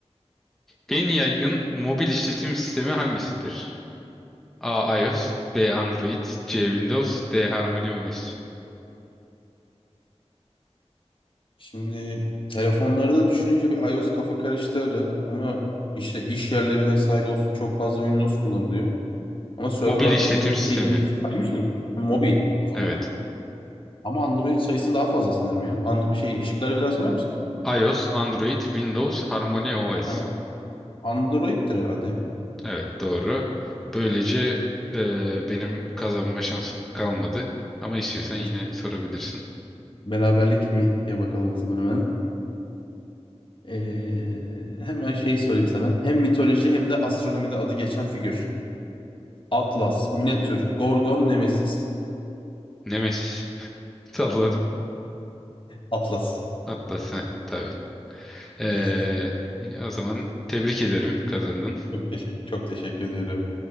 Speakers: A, in the centre; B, on the left (about 50°).
A: En yaygın mobil işletim sistemi hangisidir? A. iOS, B. Android, C. Windows, D. HarmonyOS.
B: Şimdi telefonları da düşününce bir iOS kafa karıştırır ama işte iş yerleri vesaire olsun çok fazla Windows kullanılıyor. Ama serverlarda
A: Mobil işletim
B: da lin-
A: sistemi.
B: şey Linux saymış mı? Mobil o zaman.
A: Evet.
B: Ama Android sayısı daha fazla sanırım ya. And şey şıkları bir daha söyler misin?
A: iOS, Android, Windows, Harmony HarmonyOS.
B: Ha. Android'tir herhalde ya.
A: Evet, doğru. Böylece eee, benim kazanma şansım kalmadı. Ama istiyorsan
B: Eh,
A: yine sorabilirsin.
B: Beraberlik mi diye bakalım o zaman hemen. Ee, hemen şey sorayım sana. Hem mitoloji hem de astronomide adı geçen figür. Atlas, Minotür, Gorgon, Nemesis.
A: Nemesis. <laughs> Salladım.
B: Atlas.
A: Atlas. Heh, tabii. Eee,
B: Neyse.
A: o zaman tebrik ederim kazandın.
B: Çok teşekkür, çok teşekkür ediyorum.